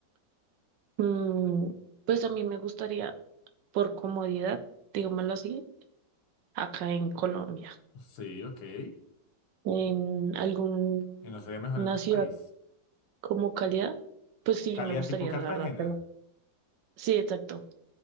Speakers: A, on the right; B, on the left.
A: Mm, pues a mí me gustaría. por comodidad, digámoslo así, acá en Colombia.
B: Sí, ok. ¿Y
A: En alguna
B: no sería mejor en otro
A: ciudad
B: país?
A: como calidad, pues sí,
B: Calidad
A: me gustaría,
B: tipo Cartagena.
A: la verdad, pero sí, exacto.